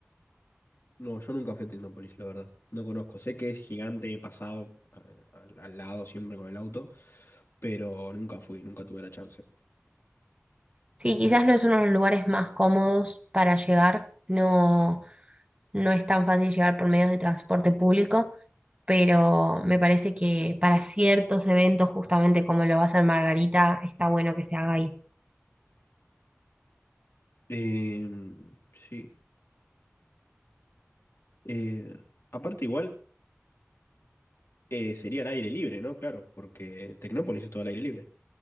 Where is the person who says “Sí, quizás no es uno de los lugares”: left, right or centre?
Right